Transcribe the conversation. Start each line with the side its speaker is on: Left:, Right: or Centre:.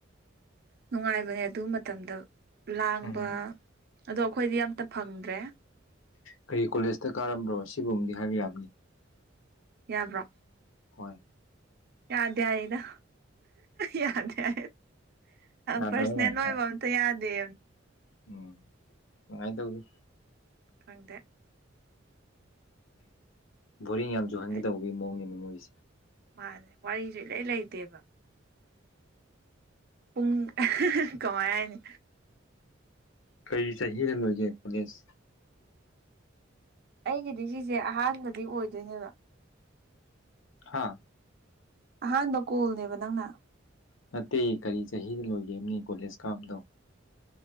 Right: ꯅꯨꯡꯉꯥꯏꯕꯅꯦ ꯑꯗꯨ ꯃꯇꯝꯗ ꯂꯥꯡꯕ
Left: ꯎꯝ
Right: ꯑꯗꯣ ꯑꯩꯈꯣꯏꯗꯤ ꯌꯥꯝꯝꯇ ꯐꯪꯗ꯭ꯔꯦ
Left: ꯀꯔꯤ ꯀꯣꯂꯦꯖꯇ ꯀꯥꯔꯝꯕ꯭ꯔꯣ ꯁꯤꯕꯨꯅꯤ ꯍꯥꯏꯕ ꯌꯥꯕꯅꯤ
Right: ꯌꯥꯕ꯭ꯔꯣ
Left: ꯍꯣꯏ
Right: ꯌꯥꯗ ꯍꯥꯏꯔꯗ ꯌꯥꯗꯦ
Left: ꯌꯥꯗꯕ
Right: ꯄꯥꯔꯁꯣꯅꯦꯜ
Left: ꯉꯥꯛꯇ
Right: ꯑꯣꯏꯕ ꯑꯝꯇ ꯌꯥꯗꯦ
Left: ꯎꯝ ꯀꯃꯥꯏꯅ ꯇꯧꯔꯤ
Right: ꯈꯪꯗꯦ
Left: ꯕꯣꯔꯤꯡ ꯌꯥꯝ ꯆꯨꯍꯟꯒꯗꯧꯕꯒꯤ
Right: ꯍꯥꯏ
Left: ꯃꯑꯣꯡꯅꯤꯅ ꯃꯣꯏꯒꯤꯁꯦ
Right: ꯃꯥꯅꯦ ꯋꯥꯔꯤꯁꯨꯦ ꯂꯣꯏ ꯂꯩꯇꯦꯕ ꯄꯨꯡ ꯀꯃꯥꯏꯅꯤ
Left: ꯀꯔꯤ ꯆꯍꯤꯗ ꯂꯣꯏꯒꯦ ꯄꯨꯣꯂꯁ
Right: ꯑꯩꯒꯤꯗꯤ ꯁꯤꯁꯦ ꯑꯍꯥꯟꯕꯗꯤ ꯑꯣꯏꯗꯣꯏꯅꯦꯕ
Left: ꯍꯥꯥ
Right: ꯑꯍꯥꯟꯕ ꯀꯣꯜꯅꯦꯕ ꯅꯪꯅ
Left: ꯅꯠꯇꯦ ꯀꯔꯤ ꯆꯍꯤꯗ ꯂꯣꯏꯒꯦꯃꯣ ꯀꯣꯂꯦꯖ ꯀꯥꯕꯗꯣ